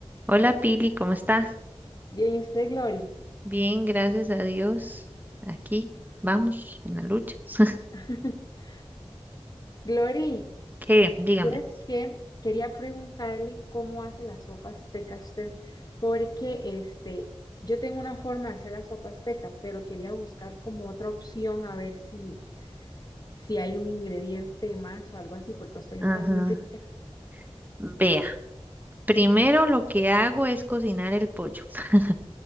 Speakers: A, on the right; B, on the left.
A: Hola Pili, ¿cómo estás?
B: Bien, ¿y usted, Glory?
A: Bien, gracias a Dios. Aquí vamos en la lucha. <laughs>
B: <laughs> Glory,
A: ¿Qué? Dígame.
B: ¿tienes que quería preguntarle cómo hace la sopa azteca usted, porque este, yo tengo una forma de hacer la sopa azteca, pero quería buscar como otra opción a ver si, si hay un ingrediente más o algo así, porque a usted le
A: Ajá.
B: queda muy rica.
A: Vea, primero lo que hago es cocinar el pollo, <laughs>